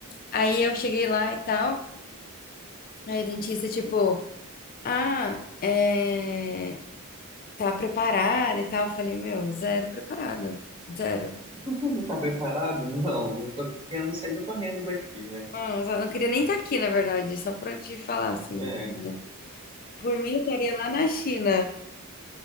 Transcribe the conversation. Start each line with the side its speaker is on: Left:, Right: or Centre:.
Left: Aí eu cheguei lá e tal. Aí o dentista, tipo, ah, é... tá preparada e tal. Eu falei, meu, zero preparada. Zero.
Right: <laughs> Tá preparado? Não, eu tô querendo sair do correndo daqui, né?
Left: Não, eu não queria nem estar aqui, na verdade, só pra te falar, assim,
Right: É,
Left: né? Por mim, eu estaria lá na China.